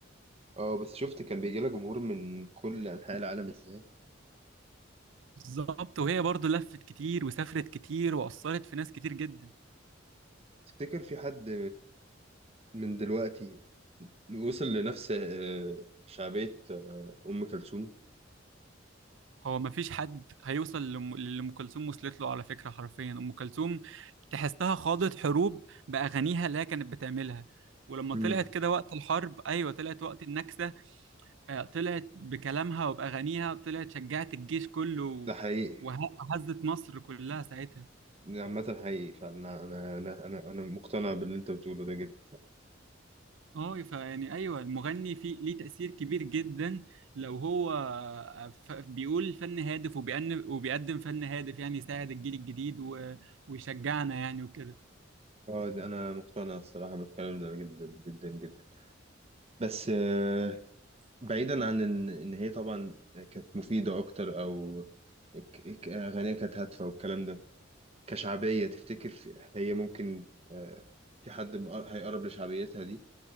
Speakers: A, on the right (about 30°); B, on the right (about 75°).
A: اه بس شفت كان بيجي لك جمهور من كل أنحاء العالم ازاي
B: بالظبط وهي برضو لفت كتير وسافرت كتير واثرت في ناس كتير جدا
A: تفتكر في حد من دلوقتي وصل لنفس آه، شعبية آه، أم كلثوم
B: هو ما فيش حد هيوصل لم- للي ام كلثوم وصلت له على فكره حرفيا ام كلثوم تحسها خاضت حروب باغانيها اللي هي كانت بتعملها ولما
A: مم.
B: طلعت كده وقت الحرب ايوه طلعت وقت النكسه آه، طلعت بكلامها وباغانيها طلعت شجعت الجيش كله و-
A: ده حقيقي
B: وه- وهزت مصر كلها ساعتها
A: ده عامة حقيقي فأنا أنا أنا أنا أنا مقتنع باللي أنت بتقوله ده جدا
B: اه فيعني ايوه المغني في ليه تاثير كبير جدا لو هو آه، ف- بيقول فن هادف وبيأن- وبيقدم فن هادف يعني يساعد الجيل الجديد و- ويشجعنا يعني وكده
A: اه ده أنا مقتنع الصراحة بالكلام ده جدا جدا جدا بس آه، بعيدا عن ان ان هي طبعا كانت مفيده اكتر او ك- ك- اغانيها كانت هادفه والكلام ده كشعبيه تفتكر في- هي ممكن آه، في حد م- هيقرب لشعبيتها دي